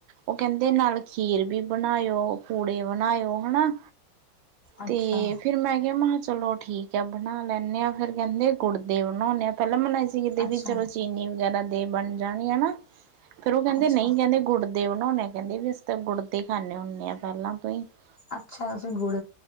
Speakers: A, on the right; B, on the left.
A: ਉਹ ਕਹਿੰਦੇ ਨਾਲ਼ ਖੀਰ ਬੀ ਬਣਾਏਓ, ਪੂੜੇ ਬਣਾਇਓ ਹਣਾਂ,
B: ਅੱਛਾ
A: ਤੇ ਫੇਰ ਮੈਂ ਕੇਆ ਮ੍ਹਾ ਕੇਆ ਚਲੋ ਠੀ <unintelligible> ਠੀਕ ਐ ਬਣਾ ਲੈਂਨੇ ਆਂ ਫੇਰ ਕਹਿੰਦੇ <unintelligible> ਕੁੜਦੇ ਬਣੌਨੇ ਆਂ ਪੈਲਾਂ ਮੈਨੂ ਐ ਕਿਤੇ
B: ਅੱਛਾ
A: ਵੀ ਚਲੋ ਚੀਨੀ ਵਗੈਰਾ ਦੇ ਬਣ ਜਾਣੀ ਐ ਨਾ ਫੇਰ ਉਹ ਕਹਿੰਦੇ
B: ਅੱਛਾ
A: ਨਹੀ ਕਹਿੰਦੇ ਗੁੜ ਦੇ ਬਨਾਓਨੇ ਕੈਂਦੇ ਵੀ ਅਸੀ ਤਾਂ, ਗੁੜਦੇ ਖਾਂਨੇ ਹੁੰਨੇ ਆ ਪੈਲਾਂ ਤੋਂ ਈ। <unintelligible>
B: ਅੱਛਾ ਤੂਸੀਂ ਗੁੜ